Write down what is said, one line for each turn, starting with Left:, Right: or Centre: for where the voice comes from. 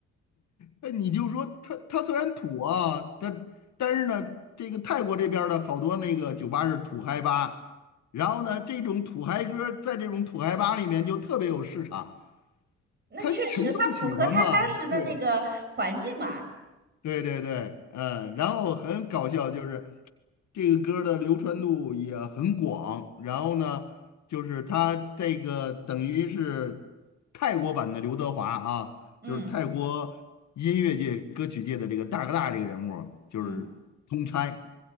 Left: 哎，你就说他，他虽然土啊，它但是呢，这个泰国这边儿的好多那个酒吧是土嗨吧，然后呢，这种土嗨歌儿在这种土嗨吧里面就特别有市场，
Right: 那确实，
Left: 他群众喜欢嘛，
Right: 它符合他当时的那个环境嘛。
Left: 对。对对对，嗯，然后很搞笑，就是这个歌儿的流传度也很广，然后呢，就是他这个等于是泰国版的刘德华啊，
Right: 嗯
Left: 就是泰国音乐界、歌曲界的这个大哥大这个人物儿就是通差。
Right: 嗯，